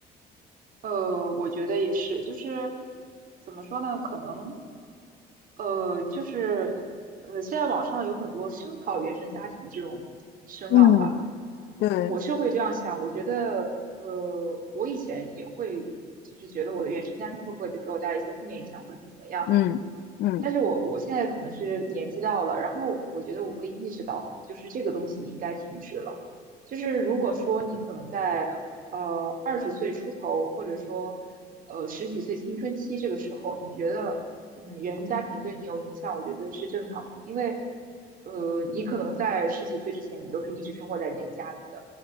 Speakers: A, on the right; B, on the left.
A: 呃，我觉得也是，就是怎么说呢？可能呃，就是呃，现在网上有很多声讨原生家庭的这种声浪吧，
B: 嗯，对，
A: 我是会这样想。我觉得呃，我以前也会，就是觉得我的原生家庭会不会给我带来一些负面影响，或者说怎么样。
B: 嗯嗯。
A: 但是我我现在可能是年纪到了，然后我觉得我会意识到，就是这个东西应该停止了。就是如果说你可能在呃二十岁出头，或者说呃十几岁青春期这个时候，你觉得嗯原生家庭对你有影响，我觉得是正常的，因为呃你可能在十几岁之前，你都是一直生活在你那个家里的，